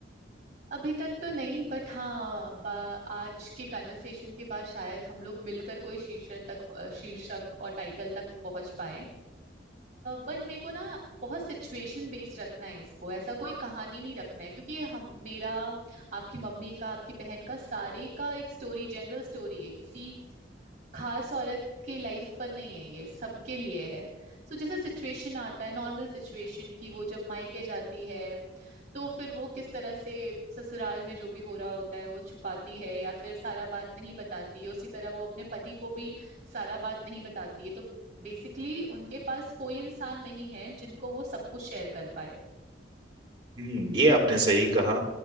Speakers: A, on the right; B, on the right.
A: अभी तक तो नहीं बट हाँ बा, आज के कन्वर्सेशन के बाद शायद हम लोग मिलकर कोई शीर्षक तक शीर्षक और टाइटल तक पहुंच पाए बट मेरे को ना बहुत सिचुएशन बेस्ड रखना है इसको ऐसा कोई कहानी नहीं रखना है क्योंकि ये हम मेरा आपकी मम्मी का आपकी बहन का सारे का एक स्टोरी जनरल स्टोरी है किसी खास औरत के लाइफ पर नहीं है ये सबके लिए है सो जैसे सिचुएशन आता है नॉर्मल सिचुएशन कि वो जब मायके जाती है तो फिर वो किस तरह से ससुराल में जो भी हो रहा होता है वो छुपाती है या फिर सारा बात नहीं बताती है उसी तरह वो अपने पति को भी सारा बात नहीं बताती है तो बेसिकली उनके पास कोई इंसान नहीं है जिनको वो सब कुछ शेयर कर पाए
B: हम्म ये आपने सही कहा